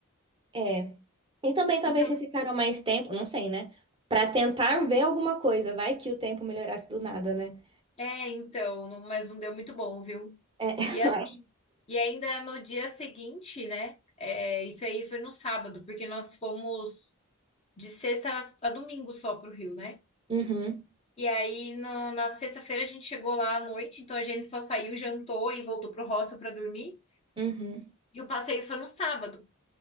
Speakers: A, on the right; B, on the left.
A: é. E também talvez
B: Então,
A: vocês ficaram mais tempo, não sei, né? Para tentar ver alguma coisa, vai que o tempo melhorasse do nada, né?
B: É, então, não- mas não deu muito bom, viu?
A: É. <laughs>
B: E assim, e ainda no dia seguinte, né? é, isso aí foi no sábado, porque nós fomos de sexta a domingo só pro Rio, né?
A: Uhum,
B: E aí no- na sexta-feira a gente chegou lá à noite, então a gente só saiu, jantou e voltou pro hostel pra dormir.
A: uhum.
B: E o passeio foi no sábado.